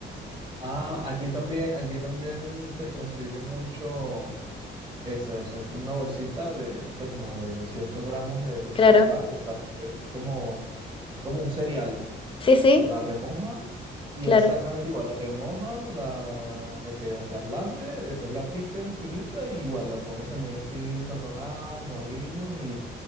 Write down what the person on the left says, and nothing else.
Claro,
sí, sí,
claro.